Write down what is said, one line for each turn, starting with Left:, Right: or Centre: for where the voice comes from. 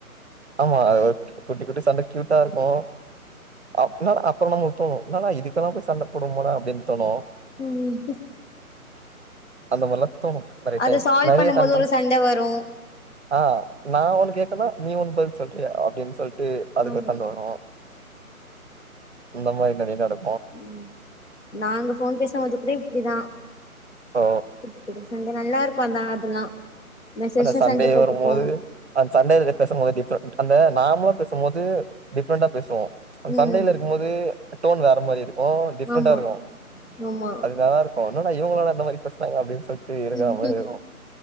Right: ஆமா குட்டி குட்டி சண்ட க்யூட்டா இருக்கு அப்னா அப்புறோ நம்மளுக்கு தோணு என்னடா இதுக்கெல்லா போய் சண்ட போடுவோமடா அப்பிடின் தோணு
Left: ம்
Right: அந்த மாரிலா தோனு கரெக்ட்
Left: அத
Right: டைம்
Left: சால்வ்
Right: நெறைய
Left: பண்ணும்
Right: சண்ட
Left: போது ஒரு வரு
Right: ஆ நா உனக் கேக்கனா நீ ஒன் பதில் சொல்றியா அப்பிடின் சொல் ட்டு அதுக்கு
Left: ஆமா
Right: ஒரு சண்ட வரு இந்த மாரி நெறைய நடக்
Left: ம் நாங்க ஃபோன் பேசும்போது கூட இப்பிடிதா
Right: சோ
Left: குட்டி குட்டி சண் நல்லா இருக்கு அந்த அதெல்லா மெசேஜ்ல
Right: ஆனா சண்டயே
Left: சண்ட போட்டுப்போ
Right: வருபோது அந்த சண்ட இதுக பேசுபோது டிஃப்ரெண் அந்த நாமலா பேசுபோது டிஃப்ரெண்ட்டா பேசுவோ அந்
Left: ம்
Right: சண்டையில இருக்கு போது டோன் வேற அந்த மாரி இருக் ஓ டிஃப்ரெண்டா
Left: ஆமா
Right: இருக்கு
Left: ஆமா
Right: அது நல்லா இருக்கு என்னடா இவங்களாடா இந்த மாரி பேசுனாங்க அப்டின்னு சொல்ட்டு இருக்கிற
Left: ம்
Right: மாரி இருக்கு